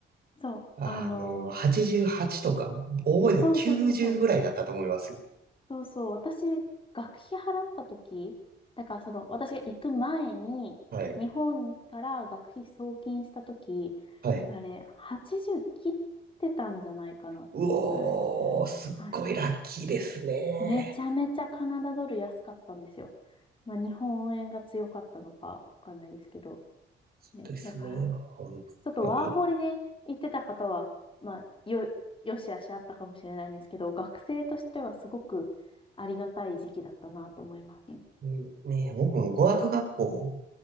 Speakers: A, on the left; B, on the right.
A: そう、
B: あの、
A: あのー
B: 88とか、覚えても90ぐらいだったと思いますよ。
A: そうそうそうそう、そうそう、私、学費払った時、だからその、私が行く前に、
B: はい。
A: 日本から学費送金した時、
B: はい。
A: あれ、80切ってたんじゃないかなっていうぐらい。
B: うおー、すっごいラッキーですね。
A: はい。めちゃめちゃカナダドル安かったんですよ。まあ、日本円が強かったのかわかんないですけど。
B: そうですね、
A: ね、だから、
B: 本当に。
A: ちょっとワーホリで行ってた方は、まあ、よ、よしあしあったかもしれないんですけど、学生としてはすごくありがたい時期だったなと思いますね
B: うんねえ、僕も語学学校